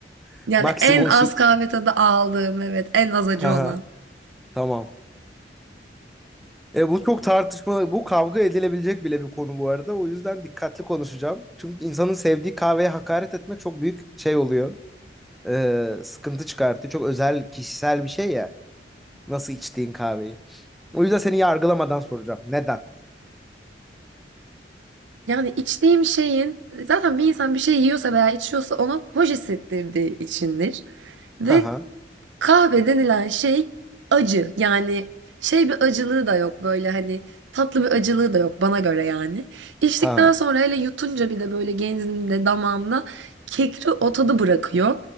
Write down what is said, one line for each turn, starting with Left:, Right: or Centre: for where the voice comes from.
Centre: <laughs>
Right: Yani
Centre: Maksimum
Right: en az
Centre: süt.
Right: kahve tadı aldığım, evet, en az acı
Centre: Haha,
Right: olan.
Centre: Tamam. E, bu çok tartışma, bu kavga edilebilecek bile bir konu bu arada. O yüzden dikkatli konuşacağım. Çünkü insanın sevdiği kahveye hakaret etmek çok büyük şey oluyor. E, sıkıntı çıkartıyor. Çok özel, kişisel bir şey ya. Nasıl içtiğin kahveyi. O yüzden seni yargılamadan soracağım. Neden?
Right: Yani içtiğim şeyin, zaten bir insan bir şey yiyorsa veya içiyorsa ona hoş hissettirdiği içindir. Ve
Centre: Ha ha.
Right: kahve denilen şey acı. Yani şey bir acılığı da yok böyle hani tatlı bir acılığı da yok bana göre yani. İçtikten
Centre: Ha.
Right: sonra hele yutunca bir de böyle genzimde, damağımda kekri o tadı bırakıyor.